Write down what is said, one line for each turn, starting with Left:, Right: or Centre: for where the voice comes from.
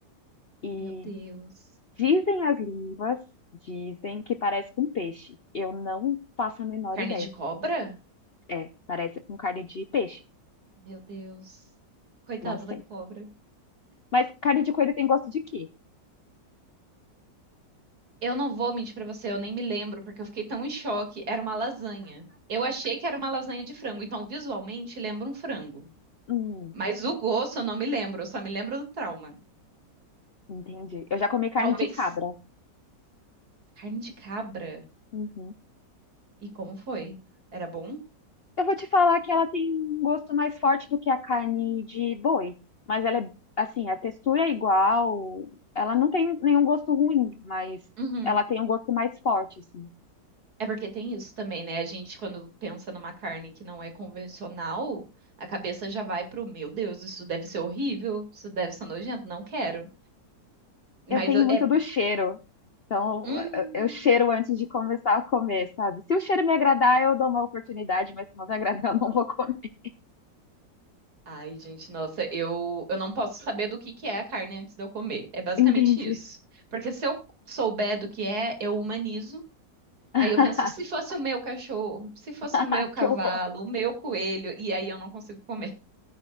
Left: E
Right: Meu Deus.
Left: dizem as línguas, dizem que parece com peixe. Eu não faço a menor
Right: Carne
Left: ideia.
Right: de cobra?
Left: É, parece com carne de peixe.
Right: Meu Deus. Coitada
Left: Não sei.
Right: da cobra.
Left: Mas carne de coelho tem gosto de quê?
Right: Eu não vou mentir pra você, eu nem me lembro, porque eu fiquei tão em choque. Era uma lasanha. Eu achei que era uma lasanha de frango, então visualmente lembra um frango.
Left: Hum,
Right: Mas o gosto eu não me lembro, eu só me lembro do trauma.
Left: entendi. Eu já comi carne
Right: Talvez
Left: de cabra.
Right: carne de cabra.
Left: Uhum.
Right: E como foi? Era bom?
Left: Eu vou te falar que ela tem um gosto mais forte do que a carne de boi, mas ela é assim, a textura é igual, ela não tem nenhum gosto ruim, mas
Right: Uhum.
Left: ela tem um gosto mais forte assim.
Right: É porque tem isso também, né? A gente, quando pensa numa carne que não é convencional, a cabeça já vai pro, meu Deus, isso deve ser horrível, isso deve ser nojento, não quero. Mas
Left: Eu tenho
Right: eu-
Left: muito
Right: é.
Left: do cheiro, então
Right: Hum.
Left: eu eu cheiro antes de começar a comer, sabe? Se o cheiro me agradar, eu dou uma oportunidade, mas se não me agradar, eu não vou comer. <laughs>
Right: Ai, gente, nossa, eu, eu não posso saber do que que é a carne antes de eu comer. É basicamente
Left: Entendi.
Right: isso. Porque se eu souber do que é, eu humanizo. Aí
Left: <laughs>
Right: eu penso, se fosse o meu cachorro, se fosse
Left: Ai,
Right: o meu cavalo,
Left: que horror.
Right: o meu coelho, e aí eu não consigo comer.